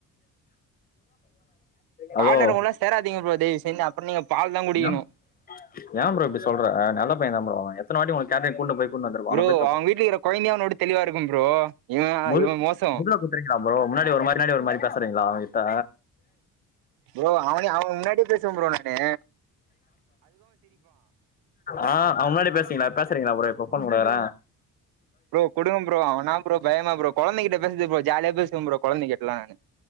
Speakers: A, on the left; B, on the right.
A: ஹலோ
B: பாட்னர் கூடல்லா சேராதீங்க ப்ரோ தயவுசெந் அப்புறோ நீங்க பால் தா குடிக்கணு
A: நா ஏ ப்ரோ இப்டி சொல்ற நல்ல பைய தா ப்ரோ அவ எத்தன வாட்டி உனக் கேட்டரிங் கூட்னு போய் கூட்டு வந்திருப்பான்
B: ப்ரோ
A: அவனை போய் தப்பு
B: அவுங் வீட்லக்கிற கொயந்தையே அவனோட தெளிவா இருக்கும் ப்ரோ இவ
A: முது
B: இவ மோசோ
A: முதுல குடுத்துறீங்களா ப்ரோ முன்னாடி ஒரு மாரி பின்னாடி ஒரு மாரி பேசறீங்களா அவங்கிட்ட
B: ப்ரோ அவனே அவ முன்னாடியே பேசுவ ப்ரோ நான்னு
A: ஆ அவ முன்னாடி பேசீங்களா பேசறீங்களா ப்ரோ இப்ப போன் குடுக்குற
B: ப்ரோ கொடுங்க ப்ரோ அவனா ப்ரோ பயமா ப்ரோ கொழந்தகிட்ட பேசது ப்ரோ ஜாலிய பேசுவ ப்ரோ கொழந்திகிட்டலா நானு